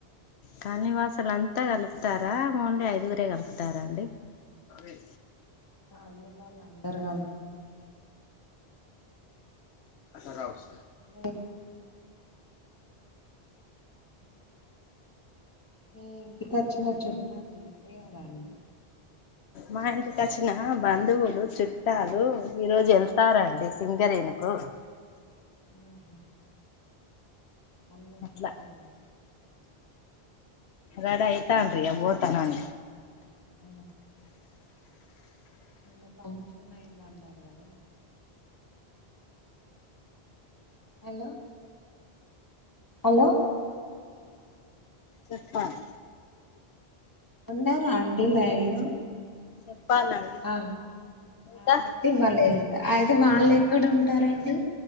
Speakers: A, on the left (about 80°); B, on the left (about 20°).
A: కాల్నివాసులంతా గల్పుతారా ఓన్లీ ఐదుగురే కల్పుతార అండి. అదే
B: కాల్నీ వళ్ అందర్ గల్
A: అట రావస్
B: <unintelligible> మీ ఇంటికోచ్చిన చుట్ట వాల్ వెళ్లిపోయారా అండి
A: మా ఇంటికొచ్చిన బంధువులు చుట్టాలు ఈ రోజు వెళ్తారండి సింగరేనుకు
B: ఉహు అన్నీ
A: అట్లా
B: ప్రిపేర్ చేస్తాండి
A: రెడీ అయితాండ్రి ఇగ ఓతానం
B: ఉ నిన్న ఫంక్షన్ అయిందన్నారు కదా హలో హలో
A: చెప్పాలి
B: ఉన్నారా అండి లైన్ లో
A: చెప్పాలండి
B: ఆ
A: ఇంకా
B: అ-అయితింగ్ వాళ్ళే అయితే వాళ్ళు ఎక్కడ ఉంటారు అండి